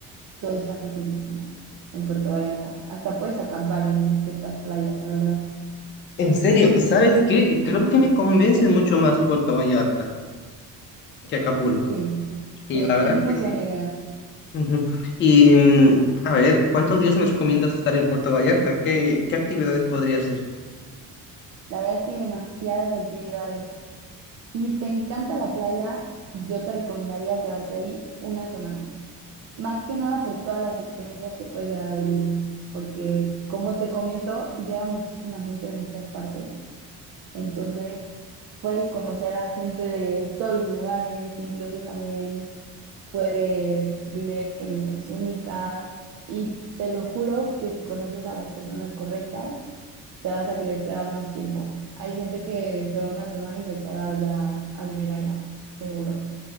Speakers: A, on the right (about 45°); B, on the left (about 30°).
A: todo está facilísimo en Puerto Vallarta. Hasta puedes acampar en ciertas playas, la verdad.
B: En serio, ¿sabes qué?
A: Ujú,
B: Creo que me convence mucho más Puerto Vallarta que Acapulco.
A: Sí,
B: Y
A: sí, es,
B: la verdad
A: es muy
B: que sí.
A: buena idea.
B: Ujú. Y mm, a ver, ¿cuántos días me recomiendas estar en Puerto Vallarta? ¿Qué, qué actividades podría hacer?
A: La verdad es que hay demasiadas actividades. Si te encanta la playa, yo te recomendaría quedarte ahí una semana. Más que nada por todas las experiencias que puedes llegar a vivir, porque como te comento, llega muchísima gente de muchas partes, entonces puedes conocer a gente de todos los lugares, incluso también puedes vivir experiencias únicas y te lo juro que si conoces a las personas correctas, te vas a querer quedar más tiempo. Hay gente que se va una semana y se queda allá a vivir allá, seguro.